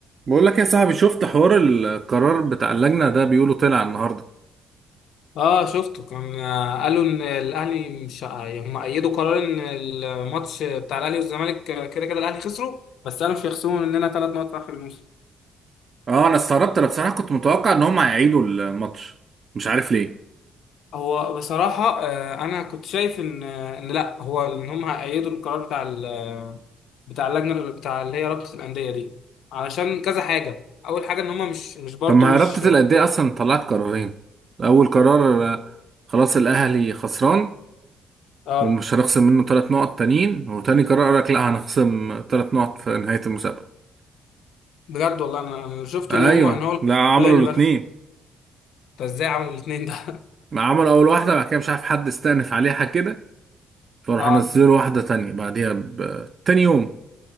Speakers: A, on the right; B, on the left.
A: بقول لك يا صاحبي شفت حوار القرار بتاع اللجنة ده بيقولوا طلع النهاردة
B: اه شفته كان آه، قالوا ان الاهلي مش هم ايدوا قرار ان الماتش بتاع الاهلي والزمالك آه، كده كده الاهلي خسروا بس قالوا مش هيخصموا مننا ثلاث نقط في اخر الموسم
A: اه انا استغربت انا بصراحة كنت متوقع ان هم هيعيدوا الماتش مش عارف ليه
B: هو بصراحه آه، انا كنت شايف ان آه، ان لا هو ان هم هيأيدوا القرار بتاع ال- بتاع اللجنه بتاع اللي هي رابطه الانديه دي علشان كذا حاجه اول حاجه ان هم مش مش برضو
A: طب ما
B: مش
A: هي رابطة الأندية اصلا طلعت قرارين اول قرار آه، خلاص الأهلي خسران
B: اه
A: ومش هنخصم منه ثلاث نقط تانيين وتاني قرار قالك لا هنخصم ثلاث نقط في نهاية المسابقة
B: بجد والله انا أنا شفت
A: ايوه
B: ان هم ان هو
A: لا عملوا
B: الاولاني
A: الاتنين
B: بس ده ازاي عملوا الاثنين ده
A: عملوا اول واحدة بعد كده مش عارف حد استأنف عليها كده فراحوا
B: اه
A: نزلوا واحدة تانية بعديها ب... تاني يوم